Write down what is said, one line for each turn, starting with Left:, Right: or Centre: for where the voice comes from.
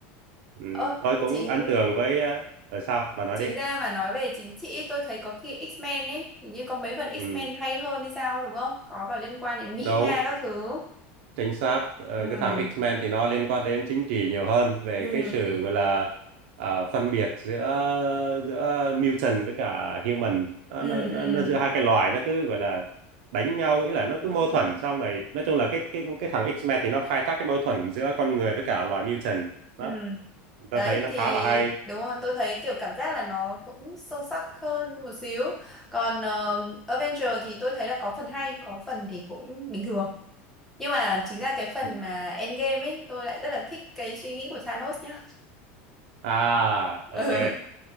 Right: ừ.
Centre: ơ
Right: tôi cũng
Centre: chính
Right: ấn tượng với ờ, ờ, sao mà nói
Centre: chính
Right: đi
Centre: ra mà nói về chính trị tôi thấy có khi X-Men ấy hình như có mấy phần X-Men
Right: Ừ,
Centre: hay hơn hay sao ấy, đúng không có cả liên quan đến Mỹ
Right: đúng
Centre: Nga các thứ
Right: chính xác Ờ,
Centre: ừ
Right: cái thằng X-Men thì nó liên quan đến chính trị nhiều hơn về
Centre: ừ
Right: cái sự gọi là à, phân biệt giữa giữa mutant với cả human nó,
Centre: ừ
Right: nó, nó,
Centre: ừ
Right: nó giữa hai cái loài nó cứ gọi là đánh nhau ý là nó
Centre: ừ
Right: cứ mâu thuẫn xong này nói chung là cái cái cái thằng X-Men thì nó khai thác cái mâu thuẫn giữa con người với cả loài mutant đó
Centre: ừ
Right: ta
Centre: Đấy
Right: thấy nó
Centre: thì
Right: khá là hay
Centre: đúng rồi tôi thấy kiểu cảm giác là nó cũng sâu sắc hơn một xíu Còn uh, Avenger thì tôi thấy là có phần hay Có phần thì cũng bình thường Nhưng mà chính ra cái phần
Right: Ừ.
Centre: mà Endgame ấy Tôi lại rất là thích cái suy nghĩ của Thanos nhá
Right: à ok
Centre: <laughs> Ừ.